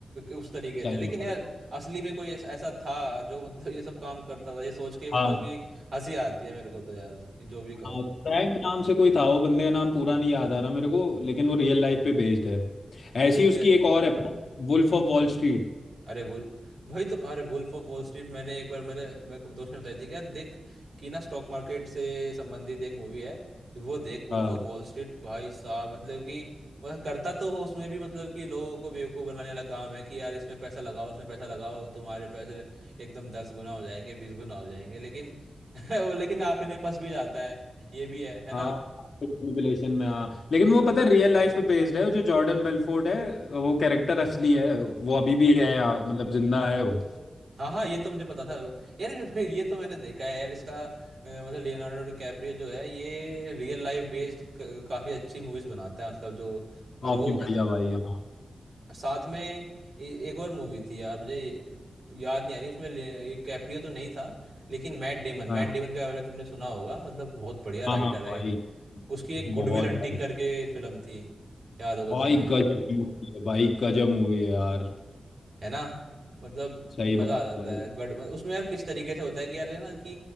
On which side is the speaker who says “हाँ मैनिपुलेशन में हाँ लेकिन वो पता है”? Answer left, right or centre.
Left